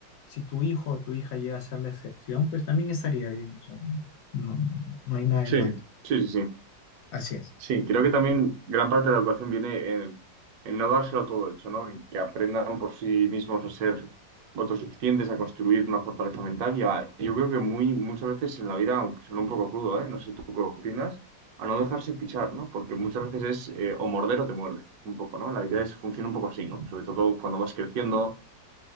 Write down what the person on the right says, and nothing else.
Sí.
Sí. Sí. Sí.
Sí, creo que también gran parte de la educación viene en, en no dárselo todo hecho, ¿no? En que aprendan por sí mismos a ser autosuficientes, a construir una fortaleza mental y a- yo creo que muy, muchas veces en la vida, aunque suena un poco crudo, ¿eh? No sé tú qué opinas, a no dejarse pichar, ¿no? Porque muchas veces es eh, o morder o te muerde, un poco, ¿no? La vida es, funciona un poco así, ¿no? Sobre todo cuando vas creciendo,